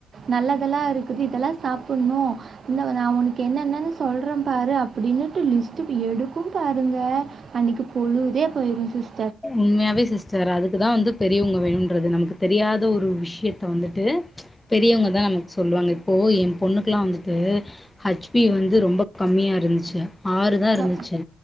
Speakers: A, on the right (about 45°); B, on the left (about 15°).
A: நல்லதெல்லா இருக்குது இதெல்லா சாப்புணு இந்த வா நா ஒனக்கு என்னனென்னு சொல்ற பாரு அப்பிடினுட்டு லிஸ்ட்டு எடுக்கும் பாருங்க அன்னைக்கு பொழுதே போயிரு சிஸ்
B: உண்மையாவே சிஸ்டர் அதுக் குதா வந்து பெரியவங்க வேணுன்றது நமக்கு தெரியாத ஒரு விஷயத்த வந்துட்டு பெரியவங்கதா நமக்கு சொல் வாங்க இப்போ ஏ பொண்ணுக்கெல்லா வந்துட்டு ஹச் பி வந்து ரொம்ப கம்மியா இருந்துச்சு ஆறுதா இருந்துச்சு
A: அ